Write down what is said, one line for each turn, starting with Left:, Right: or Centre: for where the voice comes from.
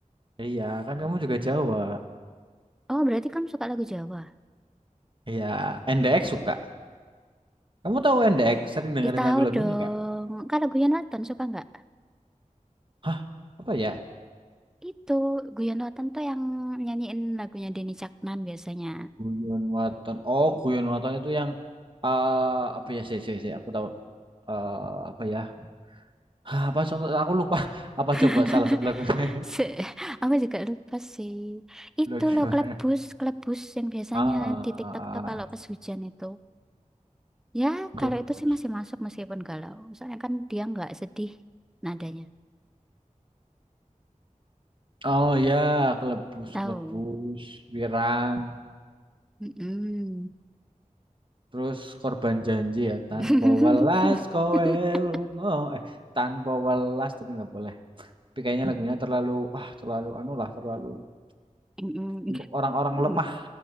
Right: Iya, kan kamu juga Jawa.
Centre: Oh, berarti kamu suka lagu Jawa?
Right: Iya, NDX suka. Kamu tahu NDX? Sering dengerin
Centre: Ya tahu
Right: lagu-lagunya
Centre: dong.
Right: nggak?
Centre: Kalau Guyon Waton suka nggak?
Right: Hah, apa ya?
Centre: Itu Guyon Waton tuh yang nyanyiin lagunya Denny Caknan biasanya.
Right: Guyon Waton. Oh, Guyon Waton itu yang eh apa ya? si si sih. Aku tahu. eh apa ya? Hah, apa contoh? Aku lupa. <laughs> Apa
Centre: <laughs>
Right: coba salah satu lagunya?
Centre: Se aku juga lupa sih. Itu
Right: Lo gimana?
Centre: loh kelebus, kelebus yang biasanya
Right: Ah,
Centre: di TikTok tuh kalau pas hujan itu. Ya,
Right: kelebus.
Centre: kalau itu sih masih masuk meskipun galau. Soalnya kan dia nggak sedih nadanya.
Right: Oh ya, kelebus,
Centre: Tahu.
Right: kelebus, wirang.
Centre: Mm-mm.
Right: Terus korban janji ya, tanpa
Centre: <laughs>
Right: welas kowe lunga. Eh, tanpa welas tapi nggak boleh. Tapi kayaknya lagunya terlalu, ah terlalu anu lah, terlalu
Centre: Mm-mm.
Right: untuk orang-orang
Centre: <laughs>
Right: lemah.